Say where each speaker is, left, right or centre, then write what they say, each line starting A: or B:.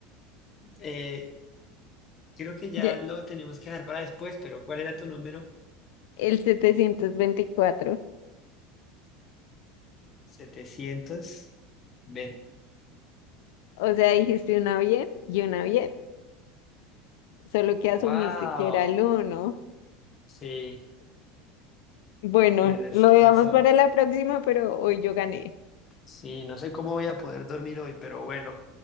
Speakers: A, on the left (about 25°); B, on the left (about 70°).
A: eh, creo que ya
B: Ya,
A: lo tenemos que dejar para después, pero ¿cuál era tu número?
B: el setecientos veinticuatro
A: 724.
B: O sea, dijiste una bien y una bien, solo que asumiste
A: ¡Wow!
B: que era el uno
A: Sí,
B: Bueno,
A: tienes
B: lo dejamos
A: razón.
B: para la próxima, pero hoy yo gané.
A: Sí, no sé cómo voy a poder dormir hoy, pero bueno,